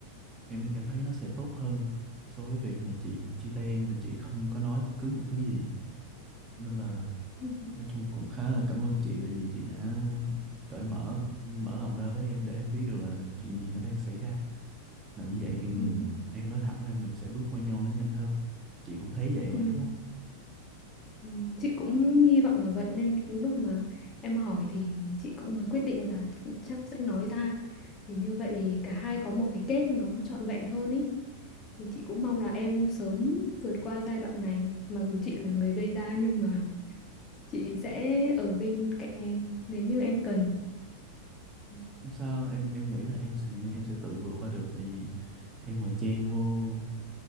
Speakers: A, on the right; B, on the left.
A: em em thấy nó sẽ tốt hơn so với việc mà chị chia tay em mà chị không có nói bất cứ một thứ gì. Nên là
B: ừ.
A: nói chung cũng khá là cảm ơn chị tại vì chị đã cởi mở mở lòng ra với em để em biết được là chuyện gì nó đang xảy ra. Làm như vậy thì mình
B: Ừ.
A: em nói thẳng ra mình sẽ bước qua nhau nó nhanh hơn. Chị cũng thấy vậy mà
B: Ừ.
A: đúng không?
B: Ừ. Chị cũng hy vọng là vậy nên lúc mà em hỏi thì chị cũng mới quyết định là chắc sẽ nói ra thì như vậy cả hai có một cái kết nó trọn vẹn hơn ý thì chị cũng mong là em sớm vượt qua giai đoạn này mặc dù chị là người gây ra nhưng mà chị sẽ ở bên cạnh em nếu như em cần Ừ.
A: Không sao đâu em em nghĩ là em sẽ em sẽ tự vượt qua được tại vì em mà chen vô